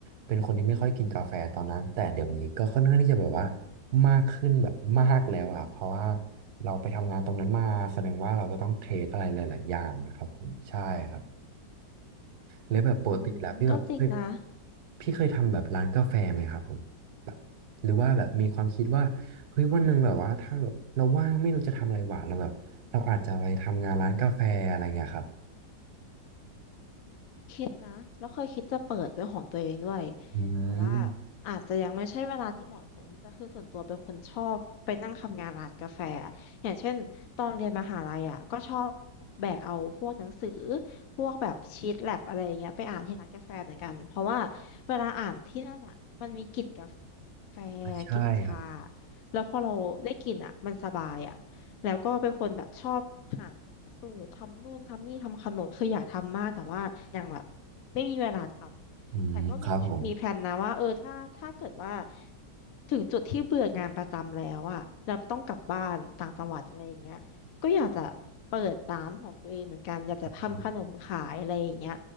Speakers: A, on the right; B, on the left.
A: เป็นคนที่ไม่ค่อยกินกาแฟตอนนั้นแต่เดี๋ยวนี้ก็ค่อนข้างที่จะแบบว่ามากขึ้นแบบมากแล้วอ่ะเพราะว่าเราไปทำงานตรงนั้นมาแสดงว่าเราก็ต้องเทสอะไรหลายๆอย่างนะครับผมใช่ครับ แล้วแบบปกติแล้วพี่แบบเฮ้ย
B: อืมก็จริงนะ
A: พี่เคยทำแบบร้านกาแฟไหมครับผมแบบหรือว่าแบบมีความคิดว่าเฮ้ยวันหนึ่งแบบว่าถ้าแบบเราว่างไม่รู้จะทำอะไรหวานเราแบบเราอาจจะไปทำงานร้านกาแฟอะไรเงี้ยครับ
B: บนะแล้วเคยคิดจะเปิดเป็นของตัวเองด้วย
A: อื
B: แต่ว่า
A: ม
B: อาจจะยังไม่ใช่เวลาที่เหมาะสมแต่คือส่วนตัวเป็นคนชอบไปนั่งทำงานร้านกาแฟอะอย่างเช่นตอนเรียนมหาลัยอ่ะก็ชอบแบกเอาพวกหนังสือพวกแบบชีทแล็บอะไรอย่างเงี้ยไปอ่านที่ร้านกาแฟเหมือนกันเพราะว่าเวลาอ่านที่นั่นอ่ะมันมีกลิ่นกาแฟ
A: อ่ะใช่ครับ
B: กลิ่นชาแล้วพอเราได้กลิ่นอ่ะมันสบายอ่ะแล้วก็เป็นคนแบบชอบหา สูตรทำนู่นทำนี่ทำขนมคืออยากทำมากแต่ว่ายังแบบไม่มีเวลาทำแต่ก็มีมีแพลนนะว่าเออถ้าถ้าเกิดว่า
A: อืมครับผม
B: ถึงจุดที่เบื่องานประจำแล้วอะแล้วต้องกลับบ้านต่างจังหวัดอะไรอย่างเงี้ยก็อยากจะเปิดร้านของตัวเองเหมือนกันอยากจะทำขนมขายอะไรอย่างเงี้ย
A: อืม